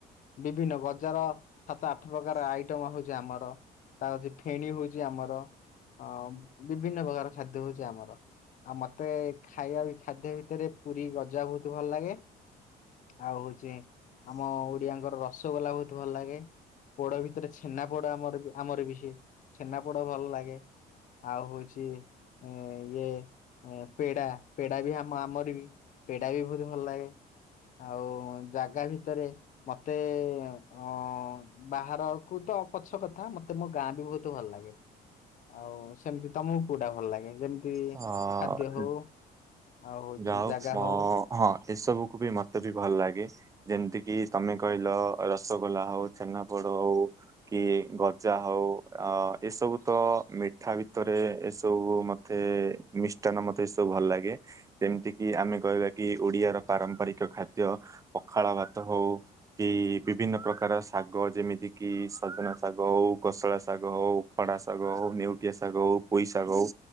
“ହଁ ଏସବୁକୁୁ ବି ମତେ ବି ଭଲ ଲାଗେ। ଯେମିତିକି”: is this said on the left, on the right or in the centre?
Right